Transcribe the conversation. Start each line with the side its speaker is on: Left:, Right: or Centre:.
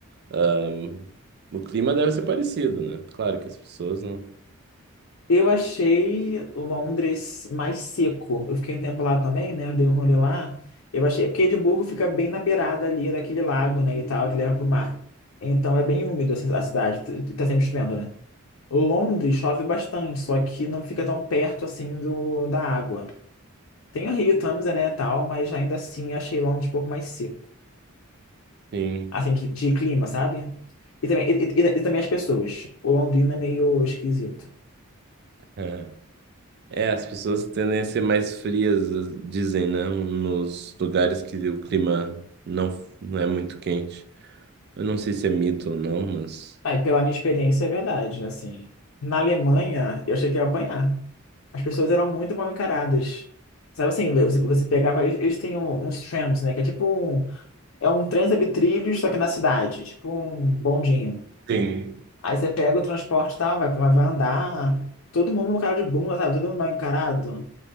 Right: Ahm, o clima deve ser parecido, né? Claro que as pessoas não.
Left: Eu achei Londres mais seco. Eu fiquei um tempo lá também, né? Dei um rolê lá. Eu achei, porque Edimburgo fica bem na beirada ali daquele lago, né, e tal, que leva pro mar. Então é bem úmido essa- a cidade, t- tá sempre chovendo, né? Londres chove bastante, só que não fica tão perto assim do, da água. Tem o Rio, Tamisa, né, tal, mas ainda assim achei Londres um pouco mais seco.
Right: Sim.
Left: Assim, de, de clima, sabe? E também, e, e- e também as pessoas. O Londrina é meio esquisito.
Right: É. É, as pessoas tendem a ser mais frias, dizem, né? Nos lugares que o clima não, não é muito quente. Eu não sei se é mito ou não, mas.
Left: Aí, pela minha experiência, é verdade, assim. Na Alemanha, eu achei que ia apanhar. As pessoas eram muito mal encaradas. Sabe assim, você, você pegava... Eles, eles têm um- uns trams, né? Que é tipo um... É um trem sobre trilhos, só que na cidade. Tipo um bondinho.
Right: Sim.
Left: Aí você pega o transporte e tal, vai, vai vai andar. Todo mundo com cara de bunda, sabe? Todo mundo mal encarado.